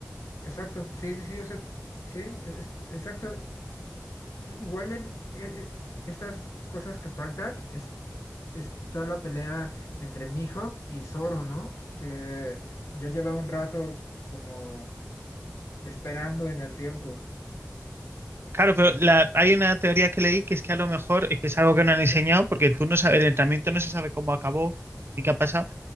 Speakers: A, on the left; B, on the right.
A: Exacto, sí, sí, sí, o sea, sí, es- exacto. I- Igual en eh, eh, estas cosas que faltan, es- está la pelea entre Mihawk y Zoro, ¿no? Que ya lleva un rato como esperando en el tiempo.
B: Claro, pero la- hay una teoría que leí que es que a lo mejor es que es algo que no han enseñado,
A: Eh,
B: porque tú no sabes, el entrenamiento no se sabe cómo acabó ni qué ha pasado,